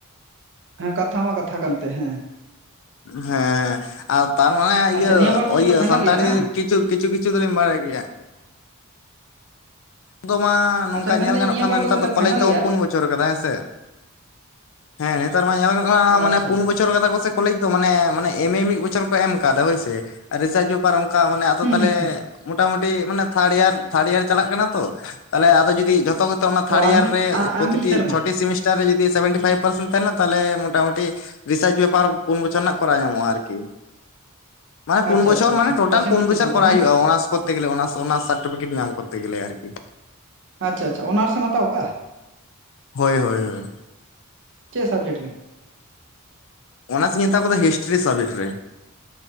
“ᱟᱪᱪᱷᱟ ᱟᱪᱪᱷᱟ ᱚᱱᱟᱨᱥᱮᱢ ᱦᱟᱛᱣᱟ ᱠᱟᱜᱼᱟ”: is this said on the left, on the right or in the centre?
Right